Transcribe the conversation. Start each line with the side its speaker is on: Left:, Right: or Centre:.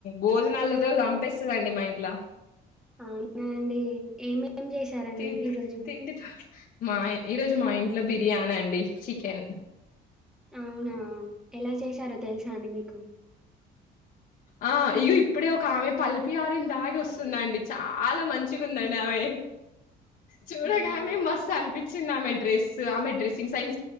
Left: భోజనాలతో చంపేస్తాదండి మా ఇంట్ల
Centre: అవునా అండి ఏమేం చేశారండి
Left: తి
Centre: ఈ రోజు
Left: తిండి మా ఈ రోజు మా ఇన్ ట్లో బిర్యానీ అండి చికెన్
Centre: అవునా ఎలా చేసారో తెలుసా అండి మీకు
Left: ఆ ఇగొ ఇప్పుడే ఒక ఆమె పల్పి ఆర దాగి వస్తుందండి చాలా మంచిగా ఉందండి ఆమె చూడగానే
Centre: అవునా
Left: మస్తు అన్పి చిింది ఆమె డ్రెస్ ఆమె డ్రెస్సింగ్ సైన్స్